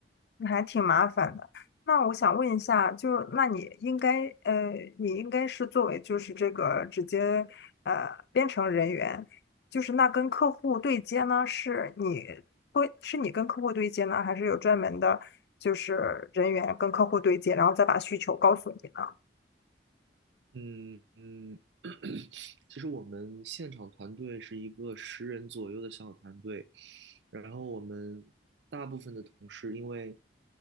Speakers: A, on the left; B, on the right.
A: 还挺麻烦的。那我想问一下，就是那你应该呃，你应该是作为就是这个直接呃编程人员，就是那跟客户对接呢，是你会是你跟客户对接呢，还是有专门的就是人员跟客户对接，然后再把需求告诉你呢？
B: 嗯嗯，<clears throat> 其实我们现场团队是一个十人左右的小团队，然后我们大部分的同事，因为